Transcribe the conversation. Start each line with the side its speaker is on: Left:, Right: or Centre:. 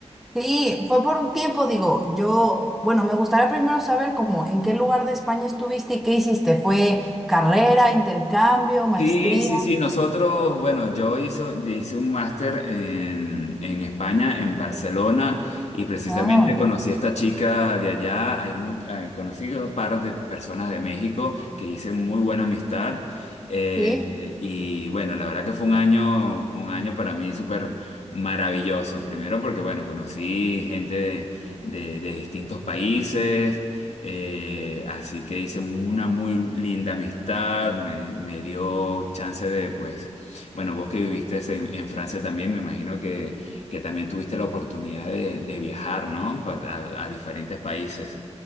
Centre: Sí, fue por un tiempo, digo, yo, bueno, me gustaría primero saber cómo, en qué lugar de España estuviste y qué hiciste. ¿Fue carrera, intercambio, maestría?
Left: Sí, sí, sí, nosotros, bueno, yo hizo- yo hice un máster en, en España, en Barcelona, y precisamente
Centre: Ah,
Left: conocí a esta chica de allá, hay mu- eh, conocí a un par de personas de México que hice muy buena amistad, eh,
Centre: sí.
Left: y bueno, la verdad que fue un año, un año para mí súper maravilloso, primero porque, bueno, conocí gente de, de- de distintos países, eh, así que hice una muy linda amistad, me, me dio chance de, pues, bueno, vos que viviste en, en Francia también, me imagino que, que también tuviste la oportunidad de, de viajar, ¿no? Pa- A, a diferentes países.